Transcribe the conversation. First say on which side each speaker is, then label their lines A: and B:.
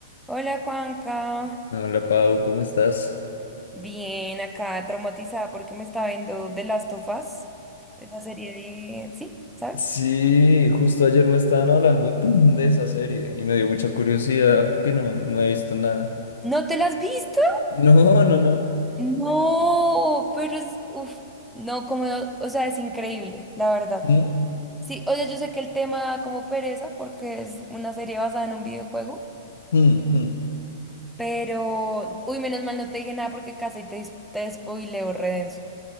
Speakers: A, in the centre; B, on the left.
A: Hola Juanca,
B: Hola Pau, ¿cómo estás?
A: bien acá traumatizada porque me estaba viendo The Last of Us, esa serie de... ¿Sí? ¿Sabes?
B: Sí, justo ayer me estaban hablando <clears throat> de esa serie y me dio mucha curiosidad porque no, no he visto nada.
A: ¿No te la has visto?
B: No, no, no.
A: No, pero es... Uf, no, como no, o sea, es increíble, la verdad.
B: Mm,
A: Sí, o sea, yo sé que el tema da como pereza porque es una serie basada en un videojuego,
B: mm, mm.
A: pero... Uy, menos mal no te dije nada porque casi te, dis- te spoileo redenso.